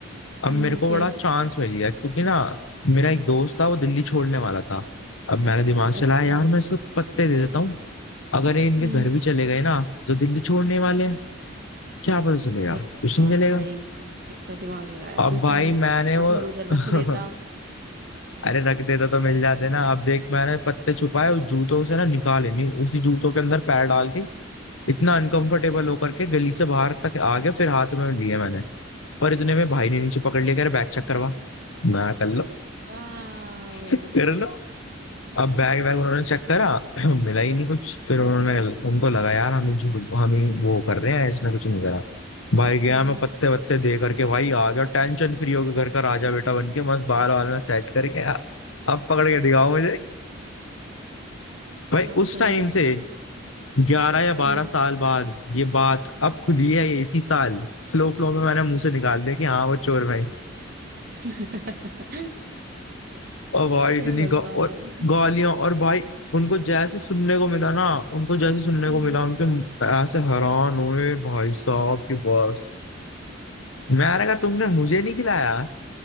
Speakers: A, on the left (about 80°); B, on the right (about 45°).
A: अब
B: हम्म
A: मेरे को
B: फिर
A: बड़ा चांस मिल गया क्योंकि ना मेरा एक दोस्त था वो दिल्ली छोड़ने वाला था अब मैंने दिमाग चलाया
B: अच्छा
A: यार मैं इसको पत्ते दे देता हूँ अगर ये इनके
B: हम्म
A: घर भी चले गए ना तो दिल्ली छोड़ने वाले हैं क्या पता चलेगा
B: हे भगवान
A: ट्यूशन चलेगा
B: भाई कि- कितना दिमाग लगाया
A: अब
B: तू
A: भाई
B: कहीं
A: मैंने वो
B: इधर उधर
A: <laughs>
B: रख देता
A: अरे रख देता तो मिल जाते ना अब देख मैंने पत्ते छुपाए उस जूतों से ना निकाले नहीं उसी जूतों के अंदर पैर डाल के इतना अनकंफर्टेबल होकर के गली से बाहर तक आ गया फिर हाथ में लिए मैंने पर इतने में भाई ने नीचे पकड़ लिया कह रहे बैग चेक करवा मैं कर लो <laughs>
B: वाओ
A: कर लो अब बैग बैग उन्होंने चेक करा <clears throat> मिला ही नहीं कुछ फिर उन्होंने उनको लगा यार हम झूठ हमें वो कर रहे हैं इसने कुछ नहीं करा भाई गया
B: हम्म
A: मैं
B: हम्म
A: पत्ते वत्ते दे करके भाई आ गया टेंशन फ्री होकर घर का राजा बेटा बन के मस्त बाल वाल में सेट करके अब पकड़ के दिखाओ भाई
B: गॉड
A: उस
B: का
A: टाइम
B: विनर
A: से
B: था।
A: ग्यारह या बारह
B: हम्म
A: साल बाद ये बात अब खुली है ये इसी साल फ्लो फ्लो में मैंने मुंह से निकाल दिया कि हाँ वो चोर भाई
B: <laughs>
A: और भाई इतनी
B: हे भगवान
A: गौ, और गालियां और भाई उनको जैसे सुनने को मिला ना उनको जैसे सुनने
B: हम्म
A: को मिला उनके मुंह- ऐसे हैरान हुए भाई साहब की बस मैंने कहा तुमने मुझे नहीं खिलाया